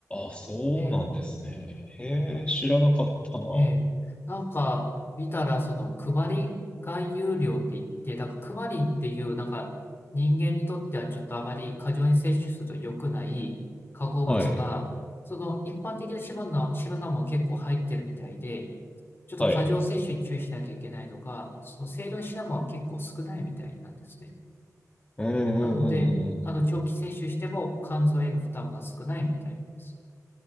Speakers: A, on the left (about 20°); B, on the left (about 40°).
A: あ、そうなんですね。
B: ええ、
A: へえ、知らなかったな。
B: ええ。なんか見たらそのクマリン含有量って言って、なんかクマリンっていうなんか人間にとってはちょっとあまり過剰に摂取すると良くない化合物が、
A: はい。
B: その一般的なシナナ、シナナも結構入ってるみたいで、ちょっと過剰摂取に注意しなきゃいけないのが、
A: はい。
B: その成分シナモンは結構少ないみたいなんですね。
A: うんうんうんうんうん。
B: なので、あの、長期摂取しても肝臓への負担が少ないみたいです。